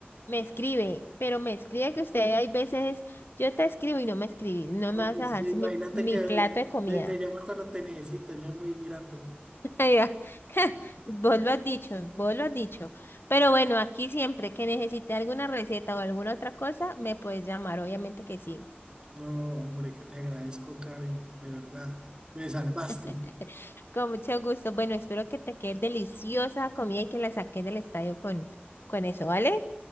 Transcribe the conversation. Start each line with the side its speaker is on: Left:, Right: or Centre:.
Left: Me escribe, pero me escribe que usted hay veces, yo te escribo y no me escribís, no
Right: No,
Left: me vas
Right: pues
Left: a dejar
Right: sí,
Left: sin
Right: imagínate
Left: mi, mi
Right: que ahorita
Left: plato de comida.
Right: te, te llamas cuando te necesito, yo es muy ingrato.
Left: <laughs> Ay, ah, <laughs> Vos lo has dicho, vos lo has dicho. Pero bueno, aquí siempre que necesite alguna receta o alguna otra cosa, me puedes llamar, obviamente que sí.
Right: No, hombre, que te agradezco, Karen, de verdad. Me salvaste.
Left: <laughs> Con mucho gusto. Bueno, espero que te quede deliciosa comida y que la saques del estadio con, con eso, ¿vale?